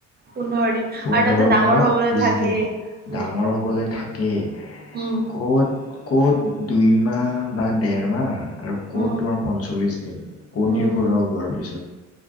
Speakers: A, on the right (about 35°); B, on the left (about 50°).
A: পোন্ধৰ দিন।
B: পোন্ধৰৰ
A: আৰু তাতে ডাঙৰ
B: পৰা
A: হ'বলৈ
B: বিছ
A: থাকেই
B: দিন
A: উম,
B: ডাঙৰ হবলৈ থাকে।
A: উম।
B: ক'ত ক'ত দুই মাহ বা ডেৰ মাহ আৰু ক'ত
A: উম,
B: তোমাৰ পঞ্চল্লিছ দিন কণীৰ
A: উম,
B: পৰা ওলোৱাৰ পিছত।